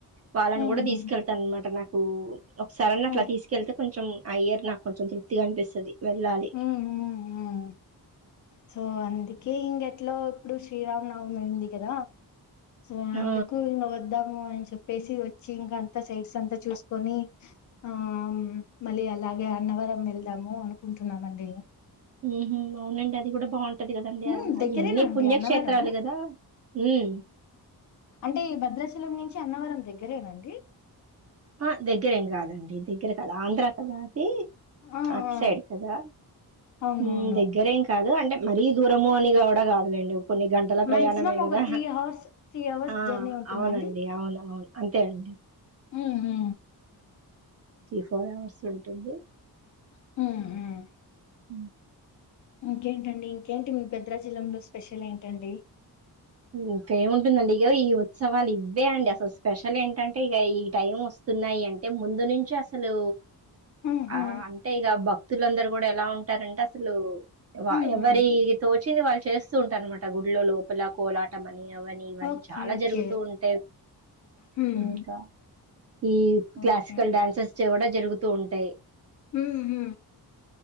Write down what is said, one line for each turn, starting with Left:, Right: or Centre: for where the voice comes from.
Right: వాళ్ళని
Left: హ్మ్
Right: గూడ
Left: హ్మ్
Right: తీసుకెళ్తాన్నమాట, నాక్ కూ ఒకసారన్న
Left: హ్మ్
Right: అట్లా తీసుకెళ్తే కొంచెం ఆ ఇయర్ నాకు కొంచెం తృప్తిగనిపిస్తది. వెెళ్ళాలి.
Left: హ్మ్ హ్మ్ హ్మ్ సో అందుకే, ఇంగెట్లో ఇప్పుడు శ్రీరామ నవమి ఉంది కదా! సో
Right: ఆ
Left: అందుకు ఇంగ వద్దామ్ ఉ అని చెప్పేసి వచ్చి, ఇంకా అంతా సైట్స్ అంతా చూసుకొని, ఆ మళ్ళీ అలాగే అన్నవరం వెళ్దాము అనుకుంటున్నామండి.
Right: ఉహూ, మ
Left: ఉమ్
Right: అయన్ని
Left: దగ్గరేనండి
Right: పుణ్యక్షేత్రాలు
Left: అన్నవరము
Right: కదా, ఉమ్.
Left: టే భద్రాచలం నుంచి అన్నవరం దగ్గరేన అండి?
Right: అ దగ్గరేం కాదండి దగ్గర కాదు, ఆంధ్ర కదా అదీ.
Left: ఆ
Right: అట్
Left: ఆ
Right: సైడ్ కదా?
Left: అవునవును
Right: ఉమ్ దగ్గరేం కాదు అంటే మ్ మరీ దూరము అని కుడా కాదులేండి కొన్ని గంటల ప్రయాణమే
Left: మాక్సిమం ఒక
Right: కదా
Left: త్రీ అవర్స్ త్రీ అవర్స్
Right: ఆ
Left: జర్నీ ఉంటుందండి
Right: అవునండి అవును అవును అంతే అండి
Left: యూ యూ
Right: త్రీ ఫోర్ అవర్స్ ఉంటుంది
Left: హహ
Right: హు
Left: ఇంకేంటండి ఇంకేంటి మీ భద్రాచలం లో స్పెషల్ ఏంటండీ
Right: ఇంకా ఏముంటుందండి ఇగో ఈ ఉత్సవాలు ఇవే అండి అసలు స్పెషల్ ఏంటంటే ఇక ఈ టైం వస్తున్నాయి అంటే ముందు నుంచి అసలు
Left: ఆహా!
Right: ఆ అంటే ఇగ బక్ భక్తులందరు కూడా ఎలా ఉంటారంటే అసలు వ
Left: హుహు.
Right: ఎవరి తోట్ వచ్చింది వాళ్ళు చేస్తూ ఉంటారు వాళ్ళు గుళ్ళో లోపల కోలాటం నీ అవని ఇవని
Left: ఓకే.
Right: చాలా
Left: ఓకే.
Right: జరుగుతూ ఉంటాయి
Left: హ్మ్.
Right: ఇంకా ఈ క్లాసికల్
Left: ఓకే.
Right: డ్యాన్సెస్ కూడా జరుగుతూ ఉంటాయి
Left: హు హు